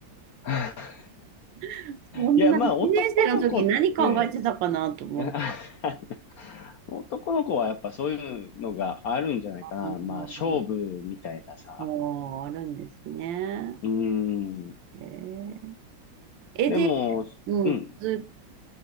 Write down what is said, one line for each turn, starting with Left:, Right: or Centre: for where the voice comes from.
Left: <laughs>
Right: <laughs> そんな1年生の時何考えてたかなと思って。
Left: いや、まあ、男の子って、<laughs> 男の子はやっぱそういうのがあるんじゃないかな。
Right: あー
Left: まあ、勝負みたいなさ。
Right: あー、あるんですね。
Left: うーん。
Right: えーえ、
Left: でも、
Right: で、うん、
Left: うん。
Right: つづ、